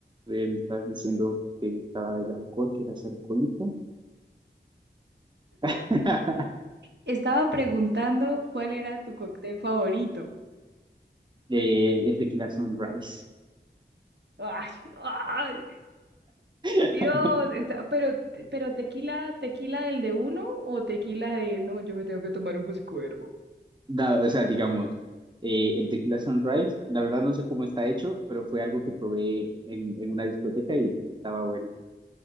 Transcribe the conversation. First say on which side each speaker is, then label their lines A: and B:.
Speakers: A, on the right; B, on the right.
A: Eh, me estás diciendo que te gustaba el alcohol, que eras alcohólico. <laughs>
B: Estaba preguntando cuál era tu cóctel favorito.
A: Eh, el tequila sunrise.
B: Ay, ay,
A: <laughs>
B: Dios, está- pero, pero tequila, tequila del de uno o tequila de no, yo me tengo que tomar un José Cuervo.
A: Da- o sea, digamos, eh, el tequila sunrise, la verdad no sé cómo está hecho, pero fue algo que probé en, en una discoteca y estaba bueno.